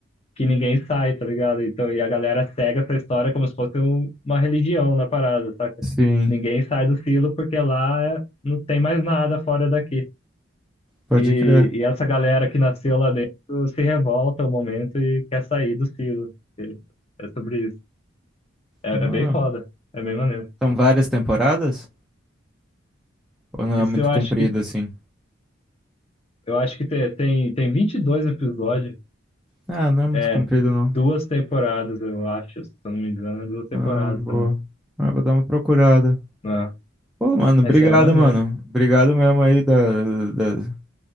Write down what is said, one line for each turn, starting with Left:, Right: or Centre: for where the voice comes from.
Left: que ninguém sai, tá ligado? Então, e a galera segue essa história como se fosse um- uma religião na parada, saca?
Centre: sim,
Left: Ninguém sai do silo porque lá não tem mais nada fora daqui.
Centre: pode
Left: E,
Centre: crer.
Left: e essa galera que nasceu lá dentro se revolta um momento e quer sair do silo. E É sobre isso. É,
Centre: Ah,
Left: é bem foda. É bem maneiro.
Centre: são várias temporadas? Ou não
Left: Esse
Centre: é muito
Left: eu acho
Centre: comprido
Left: que
Centre: assim?
Left: eu acho que te- tem, tem 22 episódios.
Centre: Ah, não é muito
Left: É
Centre: comprido não.
Left: duas temporadas, eu acho. Se eu não me engano, é duas temporadas
Centre: Ah, boa.
Left: também.
Centre: Ah, vou dar uma procurada.
Left: Ah,
Centre: Pô, mano, obrigado,
Left: essa é maneiro.
Centre: mano. Obrigado mesmo aí da, da-